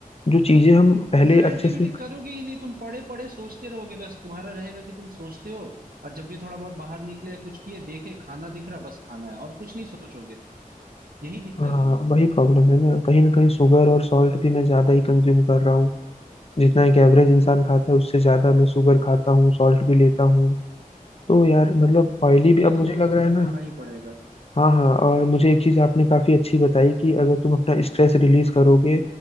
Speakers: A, on the left (about 45°); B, on the right (about 85°).
A: जो चीजें हम पहले
B: फिजिकल
A: अच्छे
B: एक्टिविटी
A: से
B: करोगे ही नहीं तुम पढ़े पढ़े सोचते रहोगे बस तुम्हारा रहेगा कि तुम सोचते हो और जब भी थोड़ा बहुत बाहर निकले या कुछ किए देखे खाना दिख रहा बस खाना है और कुछ नहीं सोचोगे यही दिखता
A: हाँ
B: है तुम्हें
A: वही प्रॉब्लम है ना कहीं ना कहीं शुगर और सॉल्ट भी मैं ज्यादा ही कंज्यूम कर रहा हूँ जितना एक एवरेज इंसान खाता है उससे ज्यादा मैं शुगर खाता हूँ सॉल्ट भी लेता हूँ तो यार मतलब ऑयली
B: तो
A: भी
B: ये
A: अब
B: तो
A: मुझे
B: तुम्हें
A: लग
B: खत्म
A: रहा है ना
B: करना ही पड़ेगा
A: हाँ हाँ और मुझे एक चीज आपने काफी अच्छी बताई कि अगर तुम अपना स्ट्रेस रिलीज करोगे